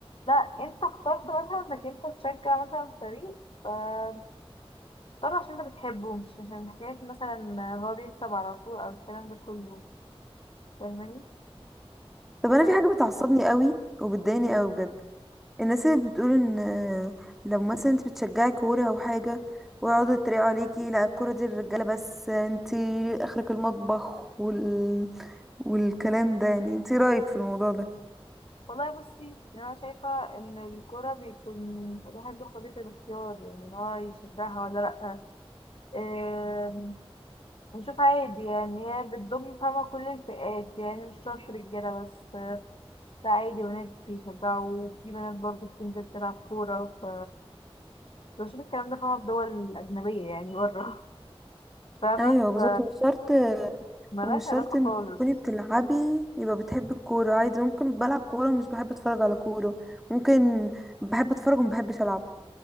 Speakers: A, on the left; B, in the centre.
A: لا انت اخترت مثلا انك انت تشجع مثلا فريق فاختار عشان انت بتحبه مش عشان حكاية مثلا هو بيكسب على طول او الكلام ده كله فاهماني
B: طب انا
A: طب
B: في
A: ايه
B: حاجه بتعصبني قوي وبتضايقني
A: هي
B: قوي بجد الناس اللي بتقول ان لو مثلا انت بتشجعي كوره او حاجه ويقعدوا يتريقوا عليكي لا الكوره دي للرجاله بس انت اخرك المطبخ وال... والكلام ده يعني انت إيه رايك في الموضوع ده
A: والله بصي يعني انا شايفة ان الكورة بيكون الواحد ليه حرية الاختيار يعني ان هو يشجعها ولا لأ بشوف عادي يعني هي بتضم فاهمة كل الفئات يعني مش شرط رجالة بس لا عادي بنات بيشجعوا في بنات برضه بتنزل تلعب كورة ف بشوف الكلام ده فاهمة في دول أجنبية يعني بره فاهمة
B: ايوه بالظبط
A: ف
B: مش شرط
A: ملهاش
B: ومش شرط
A: علاقة
B: انك
A: خالص
B: تكوني بتلعبي يبقى بتحبي الكوره عادي ممكن بلعب كوره ومش بحب اتفرج على كوره ممكن بحب اتفرج ومبحبش العب